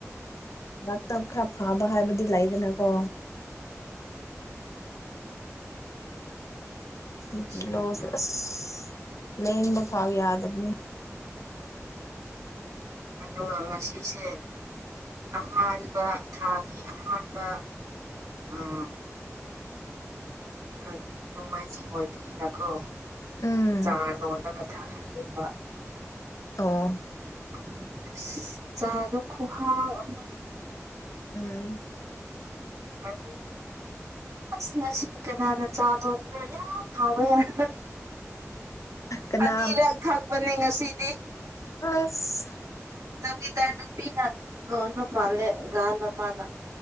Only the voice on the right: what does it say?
ꯑꯁꯦꯡꯕ
ꯑꯗꯣ ꯑꯉꯥꯡꯁꯤꯁꯦ ꯑꯍꯥꯟꯕ ꯊꯥꯒꯤ ꯑꯍꯥꯟꯕ ꯎꯝ ꯀꯔꯤ ꯅꯣꯡꯃꯥꯏꯖꯤꯡ ꯑꯣꯏꯕꯅꯤꯅꯀꯣ
ꯆꯥ ꯂꯣꯜꯂꯒ ꯊꯛꯍꯟꯅꯤꯡꯕ
ꯑꯗꯣ ꯑꯁꯁ ꯆꯥꯗꯣ ꯈꯨꯍꯥꯎ ꯑꯃ
ꯍꯧꯖꯤꯛ꯫ ꯑꯁ ꯉꯁꯤ ꯀꯅꯥꯅ ꯆꯥ ꯂꯣꯟꯕꯔꯥ ꯌꯥꯝ ꯍꯥꯎꯋꯦ ꯍꯥꯏ꯫
ꯑꯅꯤꯔꯛ ꯊꯛꯄꯅꯦ ꯉꯁꯤꯗꯤ꯫
ꯆꯧꯀꯤꯗ꯭ꯔ ꯅꯨꯄꯤꯅ ꯂꯣꯟꯕ ꯃꯥꯜꯂꯦ ꯒꯥꯟ ꯃꯃꯥꯅ꯫